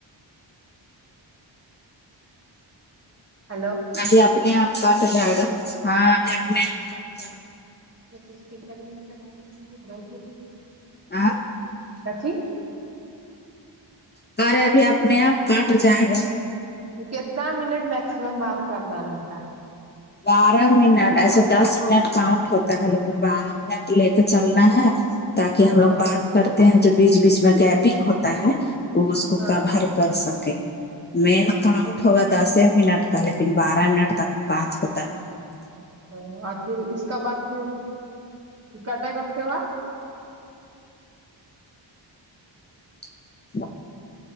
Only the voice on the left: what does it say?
ابھی اپنے آپ کاٹ جائے گا ہاں ابھی اپنے آپ کاٹ جائے گا <unintelligible>
آ <unintelligible>
کاریہ بھی اپنے آپ کاٹ جائے گا
بارہ منٹ ایسے دس منٹ کاؤنٹ ہوتا ہے لیکن بارہ تو لے کے چلنا ہے <unintelligible> تاکہ ہم لوگ
بات کرتے ہیں جو بیچ بیچ میں گیپنگ ہوتا ہے وہ اس کو
کبھر کر سکے مین کاؤنٹ ہوگا دس منٹ کا لیکن بارہ منٹ تک بات ہوتا ا <unintelligible>
<inaudible>